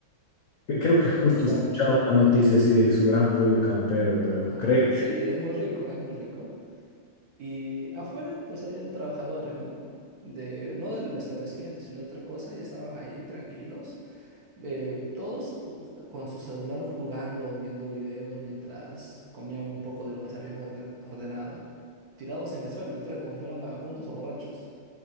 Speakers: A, on the left; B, on the right.
A: Que- Creo
B: pero
A: que justo
B: de lugar.
A: escuchaba una noticia así de su gran pollo campero, creo.
B: Ajá,
A: Creo.
B: sí, es muy rico, es muy rico. Y afuera pues habían trabajadores, ¿no? De, no del establecimiento, sino de otra cosa, y estaban ahí tranquilos, eh, todos u- con su celular jugando, viendo videos mientras comían un poco de lo que se habían orde- ordenado, tirados en el suelo, literal, como si fueran vagabundos o borrachos.